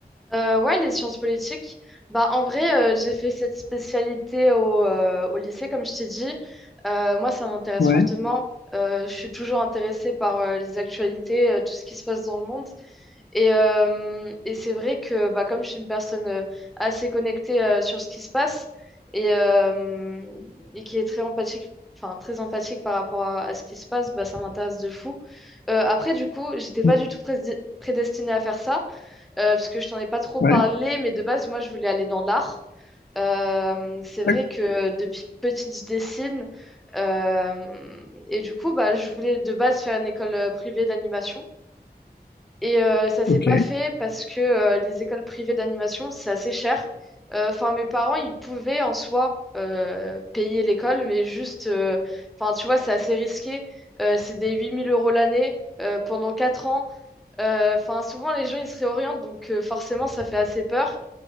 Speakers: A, in the centre; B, on the left.
A: Euh, ouais, les sciences politiques. Bah, en vrai, euh, j'ai fait cette spécialité au, euh, au lycée, comme je t'ai dit. Euh, moi, ça m'intéresse
B: Ouais,
A: fortement. Euh, je suis toujours intéressée par euh, les actualités, euh, tout ce qui se passe dans le monde. Et, euh, et c'est vrai que bah, comme je suis une personne euh, assez connectée euh, sur ce qui se passe et, euh, et qui est très empathique, enfin très empathique par rapport à, à ce qui se passe, bah, ça m'intéresse de fou. Euh, après, du coup, j'étais
B: ouais,
A: pas du tout prés- prédestinée à faire ça euh, parce que je t'en ai pas trop
B: ouais,
A: parlé, mais de base, moi, je voulais aller dans l'art. Euh, c'est vrai
B: d'accord,
A: que depuis petite, je dessine. Euh, et du coup, bah, je voulais de base faire une école euh, privée d'animation. Et euh, ça s'est
B: ok.
A: pas fait parce que euh, les écoles privées d'animation, c'est assez cher. Euh, Enfin, mes parents, ils pouvaient en soi euh, payer l'école, mais juste, euh, enfin, tu vois, c'est assez risqué. Euh, c'est des 8000 euros l'année euh, pendant 4 ans. Euh, Enfin, souvent, les gens, ils se réorientent, donc euh, forcément, ça fait assez peur.